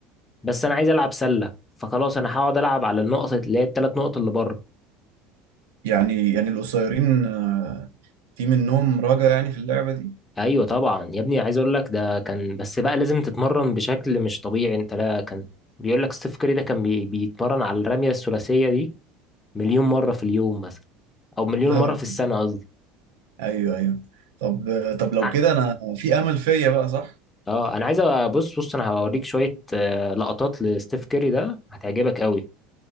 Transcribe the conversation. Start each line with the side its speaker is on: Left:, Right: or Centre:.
Left: بس انا عايز العب سله فخلاص انا هقعد العب على النقط اللي هي الثلاث نقط اللي بره
Right: يعني يعني القصيرين آه، في منهم راجع يعني في اللعبه دي
Left: ايوه طبعا يا ابني عايز اقول لك ده كان بس بقى لازم تتمرن بشكل مش طبيعي انت لا كان بيقول لك ستيف كاري ده كان بي... بيتمرن على الرميه الثلاثيه دي مليون مره في اليوم مثلا او مليون
Right: لا
Left: مره
Right: يا رب.
Left: في السنه قصدي
Right: ايوه ايوه طب طب لو
Left: ع-
Right: كده انا في امل فيا بقى صح
Left: اه انا عايز أ- بص بص انا هوريك شويه آه، لقطات لستيف كاري ده هتعجبك قوي